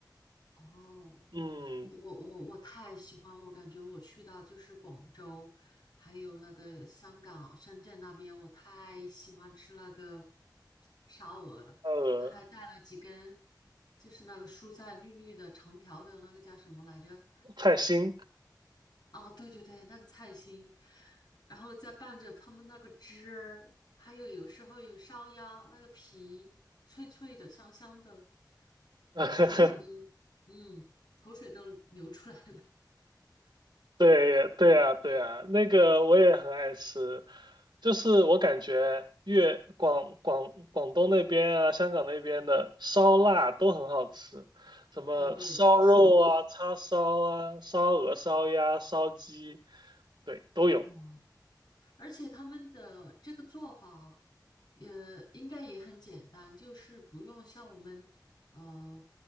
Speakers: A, on the left (about 70°); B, on the right (about 80°).
A: 哦，
B: 嗯，
A: 我我我太喜欢，我感觉我去到就是广州，还有那个香港、深圳那边，我太喜欢吃那个烧鹅了。
B: 呃，
A: 他还带了几根，就是那个蔬菜绿绿的、长条的那个叫什么来着？
B: 菜心。
A: 哦，对对对，那个菜心，然后再拌着他们那个汁儿，还有有时候有烧鸭那个皮，脆脆的、香香的，
B: <laughs>
A: 想想都，嗯，口水都流出来了。
B: 对对啊，对啊，那个我也很爱吃，就是我感觉粤广广广东那边啊，香港那边的烧腊都很好吃，什么烧肉啊、
A: 哦，对，这个属于烧
B: 叉烧啊、烧鹅、烧鸭、烧鸡，对，都有。
A: 哇，而且他们的这个做法也应该也很简单，就是不用像我们呃